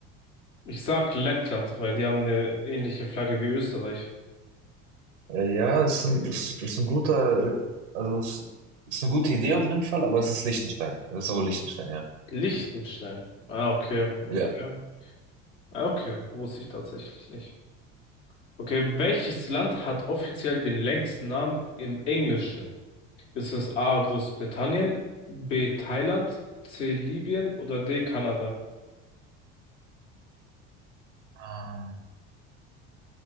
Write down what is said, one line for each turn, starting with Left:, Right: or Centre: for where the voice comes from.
Left: Ich sag Lettland, weil die haben eine ähnliche Flagge wie Österreich.
Right: Äh, ja, ist ein, ist, ist ein guter, äh, also es ist eine gute Idee auf jeden Fall, aber es ist Liechtenstein. Es ist aber Liechtenstein, ja.
Left: Liechtenstein. Ah, okay, okay.
Right: Ja.
Left: Ah, okay, wusste ich tatsächlich nicht. Okay, welches Land hat offiziell den längsten Namen im Englischen? Ist es A. Großbritannien, B. Thailand, C. Libyen oder D. Kanada?
Right: Ähm,